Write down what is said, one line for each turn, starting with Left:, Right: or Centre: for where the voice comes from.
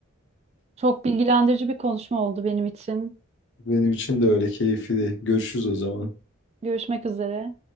Right: Çok bilgilendirici bir konuşma oldu benim için.
Left: Benim için de öyle keyifli. Görüşürüz o zaman.
Right: Görüşmek üzere.